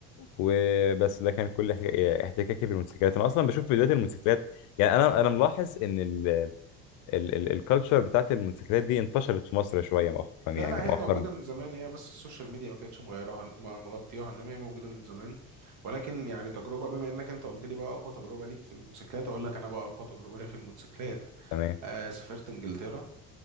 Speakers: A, on the left; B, on the right.
A: وبس ده كان كل احتكا- احتكاكي بالموتوسيكلات انا اصلا بشوف فيديوهات الموتوسيكلات يعني انا انا ملاحظ ان ال... ال... ال... الكالتشر بتاعت الموتوسيكلات دي انتشرت في مصر شويه مؤخرا يعني
B: لا لا هي
A: مؤخرا
B: موجودة من زمان هي بس السوشيال ميديا ما كانتش مغيرها ما- مغطياها انما هي موجودة من زمان ولكن يعني تجربة بما انك انت قلت لي بقى اقوى تجربة ليك في الموتوسيكلات اقول لك انا بقى اقوى تجربة ليا في الموتوسيكلات
A: تمام
B: آه سافرت انجلترا